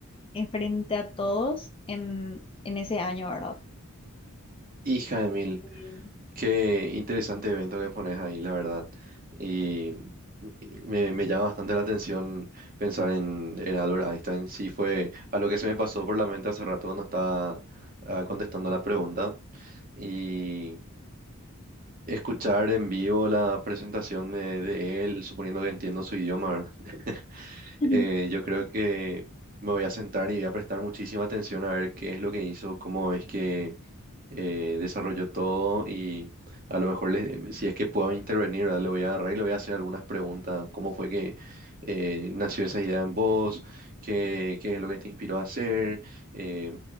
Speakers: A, on the left; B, on the right.
A: en frente a todos en, en ese año, ¿verdad?
B: Hija de mil.
A: Eh,
B: Qué interesante evento que pones ahí, la verdad. Y, y me, me llama bastante la atención pensar en, en Albert Einstein. Sí, fue a lo que se me pasó por la mente hace rato cuando estaba ah, contestando la pregunta. Y escuchar en vivo la presentación de, de él, suponiendo que entiendo su idioma, ¿verdad?
A: Ujú.
B: Eh,
A: <laughs>
B: yo creo que me voy a sentar y voy a prestar muchísima atención a ver qué es lo que hizo, cómo es que eh, desarrolló todo y a lo mejor le- si es que puedo intervenir, ¿verdad? Le voy a agarrar y le voy a hacer algunas preguntas. ¿Cómo fue que eh, nació esa idea en vos? ¿Qué, qué es lo que te inspiró a hacer? Eh,